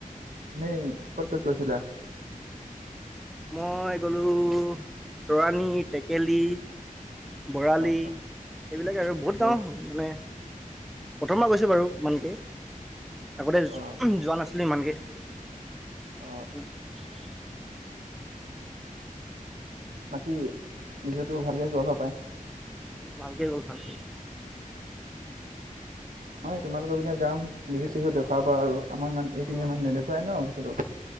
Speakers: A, on the right (about 65°); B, in the centre.
A: এনেই ক'ত ক'ত গৈছিলা?
B: মই গ'লোঁ তৰাণী টেকেলি। বৰালি
A: অ',
B: এইবিলাক আৰু বহুত গাওঁ
A: অ',
B: মানে। প্ৰথম পৰা গৈছে বাৰু ইমানকে আগতে
A: অ',
B: যোৱা নাছিল? কেলে ইমানক
A: অ।
B: উম।
A: বাকী বিষয়টো ভালেই গল পায়।
B: অ ভালকে গ'ল ভালকে।
A: মই তোমালোকৰ পিনে যাম বিহু চিহু দেখুৱাবা আৰু আমাৰ ইমান এই
B: অ',
A: পিনে ইানে নেদেখুৱাই ন বস্তুটো।